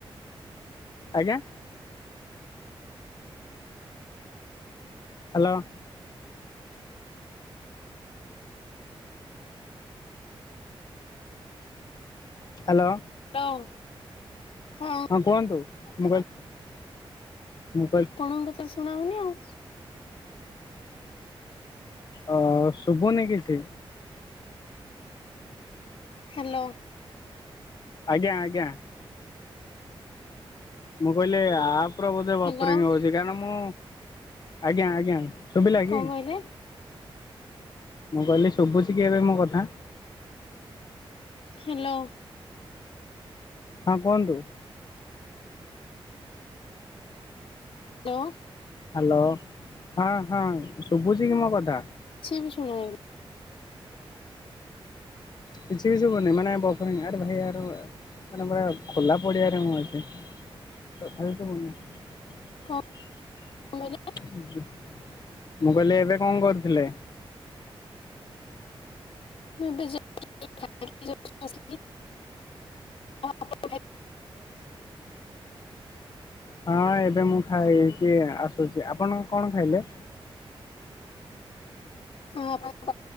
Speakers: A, on the left (about 45°); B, on the left (about 80°).
A: ଆଜ୍ଞା ହ୍ୟାଲୋ ହ୍ୟାଲୋ
B: ହ୍ୟାଲୋ ହଁ
A: କୁହନ୍ତୁ ମୁକଲ ମୁକଲ
B: ପଣଙ୍କୁ ତ ଶୁଣା ହଉନି ଆଉ।
A: ଅ ଶୁଭୁନି କିଛି
B: ହ୍ୟାଲୋ
A: ଆଜ୍ଞା ଆଜ୍ଞା ମୁଁ କହିଲି ଆପଣ ବୋଧେ ବାପରିଙ୍ଗ
B: ହ୍ୟାଲୋ
A: ହଉଛି କାରଣ ମୁଁ ଆଜ୍ଞା ଆଜ୍ଞା ଶୁଭିଲା
B: କଣ
A: କି
B: କହିଲେ
A: ମୁଁ କହିଲି ଶୁଭୁଛି କି ଏବେ ମୋ କଥା?
B: ହ୍ୟାଲୋ
A: ହଁ କୁହନ୍ତୁ
B: ତ
A: ହ୍ୟାଲୋ ହଁ ହଁ ଶୁଭୁଛି କି ମୋ କଥା?
B: ଛି ବି ଶୁଣାଯାଉନି
A: କିଛି ବି ଶୁଭୁନି ମାନେ ଆରେ ଭାଇ ଆ ମାନେ ପୁରା ଖୋଲା ପଡିଆରେ ମୁଁ ଅଛି। ତାଥାବି ସୁବୁନି।
B: କଣ କହିଲେ
A: ମୁଁ କହିଲି ଏବେ କଣ କରୁଥିଲେ।
B: ମୁଁ ଏବେ। <inaudible> ଆଉ ଆପଣ
A: ହଁ ଏବେ ମୁଁ ଖାଇକି ଆସୁଛି ଆପଣ କଣ ଖାଇଲେ।
B: ହଁ ଆପଣଙ୍କ